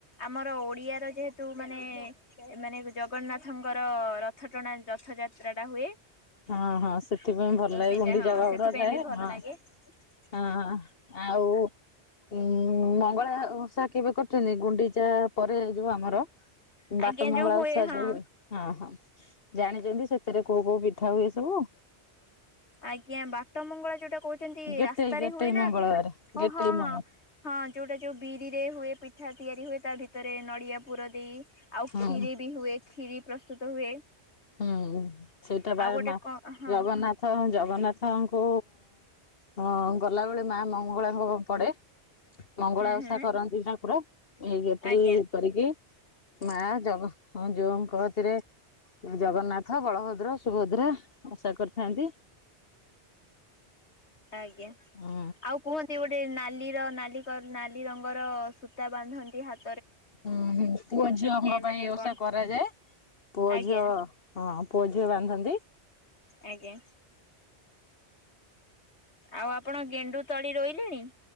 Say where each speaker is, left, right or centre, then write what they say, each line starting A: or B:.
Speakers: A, on the left (about 75°); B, on the left (about 55°).
A: ଆମର ଓଡିଆ ତ ଯେହେତୁ ମାନେ ଏ ମାନେ ଜଗନ୍ନାଥଙ୍କ୍ ଙ୍କର ରଥ ଟଣା ରଥଯାତ୍ରା ଟା ହୁଏ,
B: ହଁ-ହଁ ସେଥିପାଇଁ ଭଲ
A: ତ
B: ଲାଗେ
A: ସେଇଟା
B: ଗୁଣ୍ଡିଚା
A: ହଁ
B: ବାହୁଗୁଡ଼ା
A: ସେଥିପାଇଁ
B: ଥାଏ
A: ବି ଭଲ
B: ହଁ,
A: ଲାଗେ।
B: ହଁ-ହଁ ଆଉ ଦେ ଉଁ ମଙ୍ଗଳା ଓଷା କେବେ କରିୁଛନ୍ତି ଗୁଣ୍ଡିଚା ପରେ ଏ ଯୋଉ ଆମର? ବାଟ
A: ଆଜ୍ଞା
B: ମଙ୍ଗଳା
A: ଯୋଉ ହୁଏ
B: ଓଷା
A: ହଁ
B: ଯୋଉ, ହଁ-ହଁ ଜାଣିଛନ୍ତି ସେଥିରେ କୋଉ-କୋଉ ପିଠା ହୁଏ ସବୁ ଆଉ,
A: ଆଜ୍ଞା ବାଟ ମଙ୍ଗଳା ଯୋଉଟା କହୁଛନ୍ତି
B: ଗେଟେଇ
A: ରାସ୍ତାରେ
B: ଗେଟେଇ
A: ହୁଏ ନା
B: ମଙ୍ଗଳବାର
A: ଓ
B: ଗେଟେଇ
A: ହଁ,
B: ମଙ୍ଗ
A: ହଁ ଯୋଉଟା ଯୋଉ ବିରିରେ ହୁଏ ପିଠା ତିଆରି ହୁଏ ତା ଭିତରେ ନଡିଆ ପୁର ଦେଇ, ଆଉ
B: ହଁ
A: କ୍ଷୀରି ବି ହୁଏ କ୍ଷୀରି ପ୍ରସ୍ତୁତ ହୁଏ,
B: ହୁଁ ସେଇଟା ବାର୍
A: ଆଉ ଗୋଟେ
B: ମା
A: କଣ ହଁ
B: ଜଗନ୍ନାଥ ତ ଜଗନ୍ନାଥଙ୍କୁ ଗଁ-ଗଁ ଗଲାବେଳେ ମା ମଙ୍ଗଳା ପ ପଡ଼େ, ମଙ୍ଗଳା
A: ହୁଁ ହୁଁ
B: ଓଷା କରନ୍ତି ଠାକୁର ଏଗେଧେଇ,
A: ଆଜ୍ଞା
B: କରିକି ମା ଜଗ ହଁ ଯୋଉଙ୍କକତିରେ, ଜଗନ୍ନାଥ ବଳଭଦ୍ର ସୁଭଦ୍ରା ଆଶା କରିଥାନ୍ତି,
A: ଆଜ୍ଞା
B: ଉଁ
A: ଆଉ କୁହ ନ୍ତି ଗୋଟେ ନାଲି ର ନାଲି କର୍ ନାଲି ରଙ୍ଗର ସୂତା ବାନ୍ଧନ୍ତି ହାତ୍
B: ହୁଁ-ହୁଁ ପୁଅ ଝିଅଙ୍କ ପାଇଁ
A: ମାନେ
B: ଓଷା
A: କଣ
B: କରାଯାଏ ପୁଅ
A: ଆଜ୍ଞା
B: ଝିଅ, ହଁ ପୁଅଝିଅ ବାନ୍ଧନ୍ତି,
A: ଆଜ୍ଞା ଆଉ ଆପଣ ଗେଣ୍ଡୁ ତଳି ରୋଇଲେଣି?